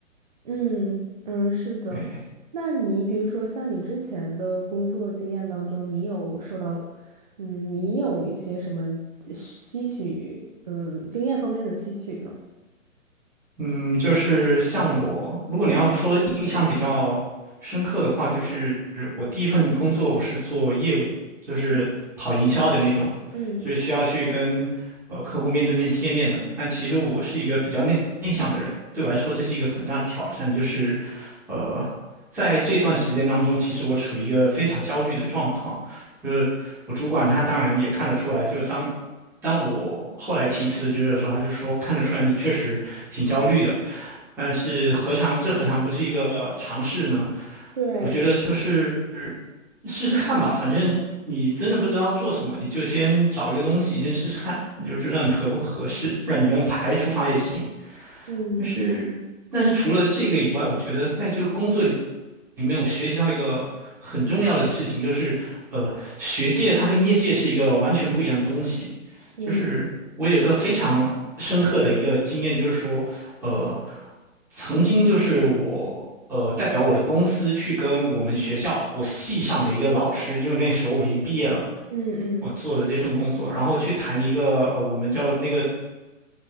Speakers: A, on the right; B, in the centre.
A: 嗯嗯，是的。
B: 对，
A: 那你比如说像你之前的工作经验当中，你有受到，嗯，你有一些什么呃吸取，嗯，经验方面的吸取呢？
B: 嗯，就是像我，如果你要说印象比较深刻的话，就是我第一份工作我是做业务，就是跑营销的那种，
A: 嗯嗯，
B: 就是需要去跟呃客户面对面见面的。但其实我是一个比较内内向的人，对我来说这是一个很大的挑战，就是呃。在这段时间当中，其实我处于一个非常焦虑的状况，就是我主管他当然也看得出来，就是当当我后来提辞职的时候，他就说看得出来你确实挺焦虑的，但是何尝这何尝不是一个尝试呢？
A: 对，
B: 我觉得就是试试看吧，反正你真的不知道做什么，你就先找一个东西先试试看，你就知道你合不合适，不然你用排除法也行。
A: 嗯
B: 但是，但是除了这个以外，我觉得在这个工作里里面，我学习到一个很重要的事情，就是呃，学界它跟业界是一个完全不一样的东西。
A: 嗯
B: 就是我有一个非常深刻的一个经验，就是说，呃，曾经就是我呃代表我的公司去跟我们学校我系上的一个老师，就是那时候我已经毕业了嘛，
A: 嗯嗯，
B: 我做了这份工作，然后去谈一个呃我们叫那个